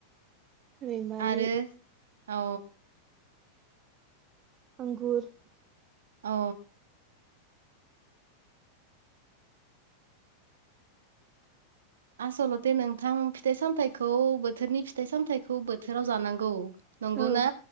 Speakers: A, on the right (about 30°); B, on the right (about 65°).
A: रैमालि
B: आरो औ
A: आंगुर
B: औ। आस'लथे नोंथां फिथाइ-सामथाइखौ बोथोरनि फिथाइ सामथाइखौ बोथोरआव जानांगौ। नंगौना
A: औ